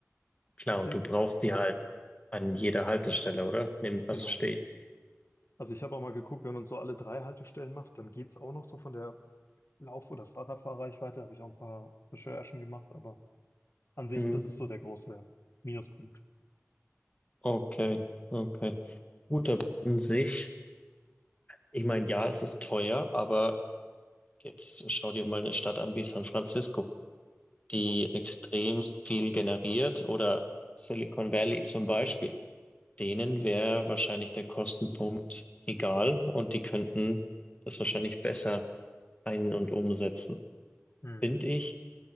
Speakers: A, on the left; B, on the left.
A: klar.
B: Ich denke,
A: Und du brauchst die halt an jeder Haltestelle, oder? Nimm-
B: genau.
A: Also steh.
B: Also ich habe auch mal geguckt, wenn man so alle drei Haltestellen macht, dann geht's auch noch so von der Lauf- oder Fahrradfahrreichweite habe ich auch ein paar Recherchen gemacht, aber an sich,
A: Mhm,
B: das ist so der große Minuspunkt.
A: okay, okay. Gut, aber an sich. Ich meine, ja, es ist teuer, aber jetzt schau dir mal eine Stadt an wie San Francisco, die
B: Genau.
A: extremst viel generiert oder Silicon Valley zum Beispiel. Denen wäre wahrscheinlich der Kostenpunkt egal und die könnten das wahrscheinlich besser ein- und umsetzen.
B: Mhm.
A: Finde ich